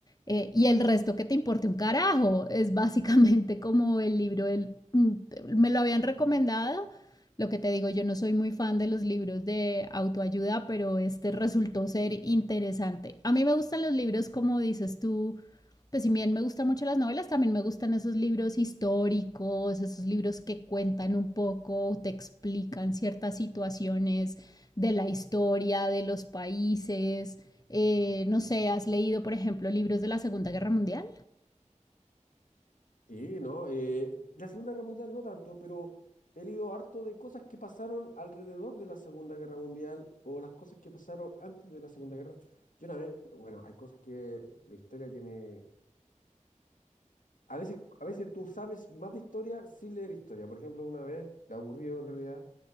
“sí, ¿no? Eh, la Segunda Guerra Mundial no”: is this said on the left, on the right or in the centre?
Left